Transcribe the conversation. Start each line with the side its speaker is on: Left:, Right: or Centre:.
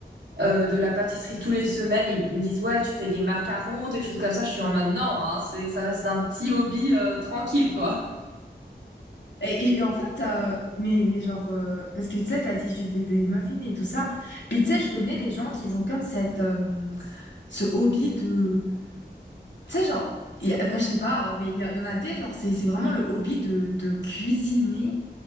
Right: euh, de la pâtisserie tous les semaines, ils, ils me disent, ouais, tu fais des macarons, des choses comme ça. Je suis en mode, non, hein, c'est, ça reste un petit hobby euh, tranquille, quoi.
Left: Et, et- et en fait, euh, mais, mais genre, euh, parce que tu sais, t'as dit, je fais des muffins et tout ça. Puis tu sais, je connais des gens qui ont comme cette, euh, ce hobby de. Tu sais, genre, il y a- enfin, je sais pas, hein, mais il y, a- il y en a des, genre, c'est c'est vraiment le hobby de, de cuisiner.